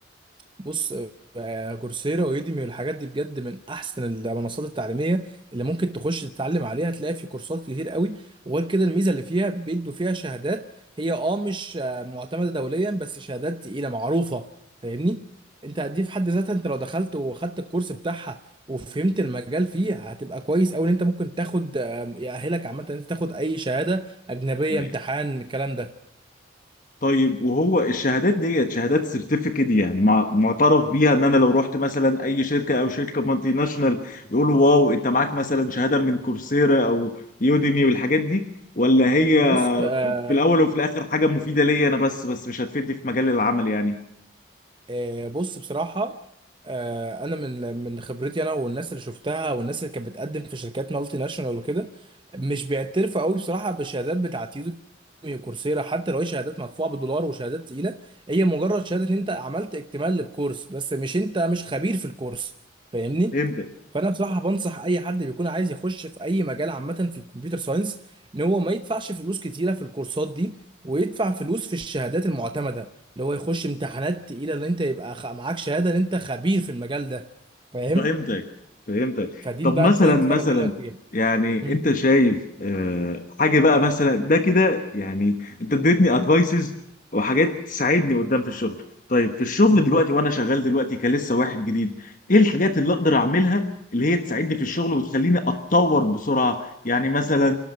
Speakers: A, on the right (about 25°); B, on the left (about 45°).
A: بص آه، كورسيرا ويوديمي والحاجات دي بجد من احسن المنصات التعليميه اللي ممكن تخش تتعلم عليها هتلاقي في كورسات كتير قوي وغير كده الميزه اللي فيها بيدوا فيها شهادات هي اه مش آه، معتمده دوليا بس شهادات تقيله معروفه فاهمني انت دي في حد ذاتها انت لو دخلت وخدت الكورس بتاعها وفهمت المجال فيه هتبقى كويس قوي ان انت ممكن تاخد آه، يأهلك عامه ان انت تاخد اي شهاده اجنبيه
B: مم.
A: امتحان الكلام ده
B: طيب وهو الشهادات ديت شهادات سيرتيفيكت يعني مع- معترف بيها ان انا لو رحت مثلا اي شركه او شركه مالتي ناشونال يقولوا واو انت معاك مثلا شهاده من كورسيرا او يوديمي والحاجات دي ولا هي
A: بص آه،
B: في الاول وفي الاخر حاجه مفيده ليا انا بس بس مش هتفيدني في مجال العمل يعني
A: آه، بص بصراحة آه، أنا من من خبرتي أنا والناس اللي شفتها والناس اللي كانت بتقدم في شركات مالتي ناشونال وكده مش بيعترفوا قوي بصراحة بالشهادات بتاعت يوديمي وكورسيرا حتى لو هي شهادات مدفوعة بالدولار وشهادات تقيلة هي مجرد شهادة إن أنت عملت اكتمال للكورس بس مش أنت مش خبير في الكورس فاهمني؟
B: فهمت
A: فأنا بصراحة بنصح أي حد بيكون عايز يخش في أي مجال عامة في الكمبيوتر ساينس إن هو ما يدفعش فلوس كتيرة في الكورسات دي ويدفع فلوس في الشهادات المعتمدة اللي هو يخش امتحانات تقيله اللي انت يبقى خ- معاك شهاده ان انت خبير في المجال ده فاهم
B: فهمتك فهمتك
A: فدي
B: طب
A: بقى
B: مثلا
A: البوينت
B: مثلا
A: اللي انا بكلمك فيها
B: يعني
A: امم
B: انت شايف آه، حاجه بقى مثلا ده كده يعني انت اديتني ادفايسز وحاجات تساعدني قدام في الشغل طيب في الشغل
A: مظبوط
B: دلوقتي وانا شغال دلوقتي كلسه واحد جديد ايه الحاجات اللي اقدر اعملها اللي هي تساعدني في الشغل وتخليني اتطور بسرعه يعني مثلا